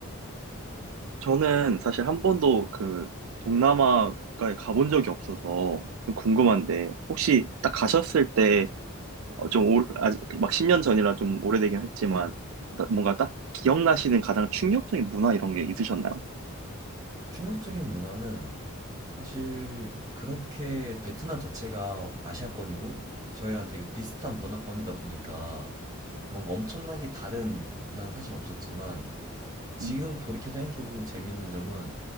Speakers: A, on the right (about 75°); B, on the right (about 15°).
A: 저는 사실 한 번도 그 동남아가에 가본 적이 없어서 좀 궁금한데 혹시 딱 가셨을 때 어, 좀 오, 아직 막 10년 전이라 좀 오래되긴 했지만 나- 뭔가 딱 기억나시는 가장 충격적인 문화 이런 게 있으셨나요?
B: 충격적인 문화는 사실 그렇게 베트남 자체가 아시아권이고 저희랑 되게 비슷한 문화권이다 보니까 뭔가 엄청나게 다른 문화는 사실 없었지만 지금
A: 음,
B: 돌이켜 생각해보면 재밌는 점은